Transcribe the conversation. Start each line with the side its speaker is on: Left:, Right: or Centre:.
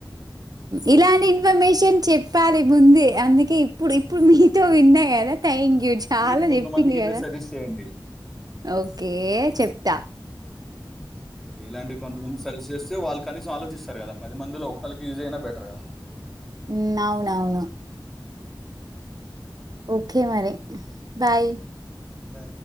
Right: ఇలాంటి ఇన్ఫర్మేషన్ చెప్పాలి ముందే అందుకే ఇప్పుడు
Centre: ఆ,
Right: ఇప్పుడు మీతో విన్నా కదా థ్యాంక్ చాలా
Centre: మీరు ఇంకొంతమందికి
Right: చెప్పింది
Centre: ఇదే
Right: కదా
Centre: సజెస్ట్ చేయండి
Right: ఓకే
Centre: ఆ,
Right: చెప్త
Centre: ఓకే ఇలాంటి కొంతమంది <unintelligible> చేస్తే వాళ్ళకి కనీసం ఆలోచిస్తారు కదా పది మంది ఒక్కలికి యూజ్ అయినా బెటర్ కదా
Right: ఉ అవునవును
Centre: ఉమ్,
Right: ఓకే మరి బాయ్
Centre: బా